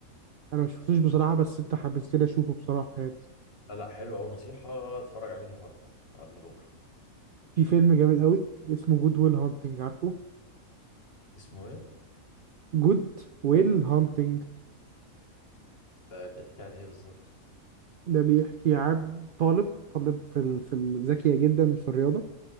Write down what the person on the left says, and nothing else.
لا لا حلو قوي نصيحه اتفرج عليه النهارده قبل بكره
اسمه ايه
ده بيحكي عن ايه بالظبط